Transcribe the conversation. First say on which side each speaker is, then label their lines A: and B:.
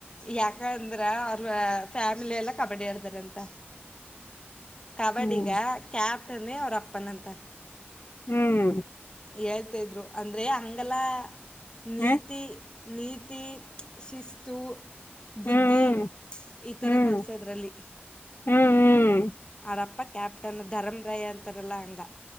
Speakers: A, on the left (about 25°); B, on the left (about 60°).
A: ಯಾಕಂದ್ರ ಅವ್ರ ಫ್ಯಾಮಿಲಿ ಎಲ್ಲಾ ಕಬಡ್ಡಿ ಆಡ್ದಾರಂತ ಕಬಡ್ಡಿಗ
B: ಹ್ಮ್
A: ಕ್ಯಾಪ್ಟನ್ ಅವ್ರ ಅಪ್ಪನ ಅಂತ
B: ಹ್ಮ್
A: ಹೇಳ್ತಾಯ ಇದ್ರು ಅಂದರೆ ಅಂಗಲ ನೀತಿ
B: ಹ
A: ನೀತಿ ಶಿಸ್ತು ಬುದ್ಧಿ
B: ಹ್ಮ್ ಹ್ಮ್
A: ಈ ಥರ
B: ಹ್ಮ್
A: ಕಲಸೋದ್ರಲ್ಲಿ
B: ಹ್ಮ್ ಹ್ಮ್
A: ಾರಪ್ಪ ಕ್ಯಾಪ್ಟನ್ ಧರಮ ರೈ ಅಂತಾರಲ್ಲ ಹಂಗ